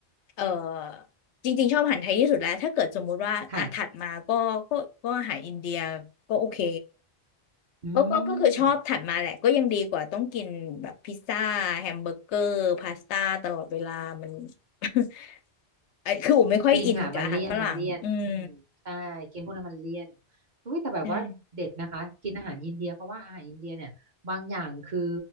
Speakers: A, on the left (about 85°); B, on the right (about 50°).
A: เออจริงๆชอบอาหารไทยที่สุดแล้วถ้าเกิดสมมุติว่าอ่ะถัดมาก็ก็ก็อาหารอินเดีย
B: ค่ะ
A: ก็โอเค
B: อืม
A: ก็ก็ก็คือชอบถัดมาแหละก็ยังดีกว่าต้องกินแบบพิซซ่าแฮมเบอร์เกอร์พาสต้าตลอดเวลามัน <laughs> ไอ้คือผมไม่ค่อยอินกับอาหารฝรั่งอืม
B: จริงค่ะมันเลี่ยนมันเลี่ยนอืมใช่กินพวกนั้นมันเลี่ยนอุ้ยแต่แบบว่าเด็ดนะคะกินอาหารอินเดียเพราะว่าอาหารอินเดียเนี่ยบางอย่างคือ
A: ใช่